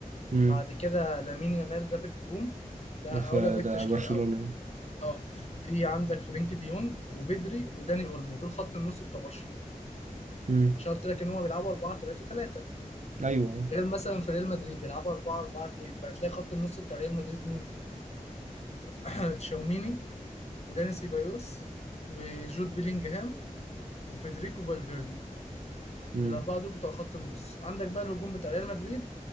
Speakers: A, on the right; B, on the left.
A: امم
B: بعد كده لامين يامال ده في الهجوم ده
A: ده في
B: هقول لك بالتشكيل
A: ده برشلونه
B: الاول اه في عندك فرينك دي يونج وبدري وداني اولمو دول خط النص بتوع برشلونه
A: امم
B: عشان قلت لك ان هم بيلعبوا 4 3 3
A: ايوه
B: غير مثلا في ريال مدريد بيلعبوا 4 4 2 فهتلاقي خط النص بتاع ريال مدريد مين <clears throat> تشاوميني وداني سيبايوس وجود بيلينجهام وفيدريكو فالفيردي
A: امم
B: الاربعه دول بتوع خط النص عندك بقى الهجوم بتاع ريال مدريد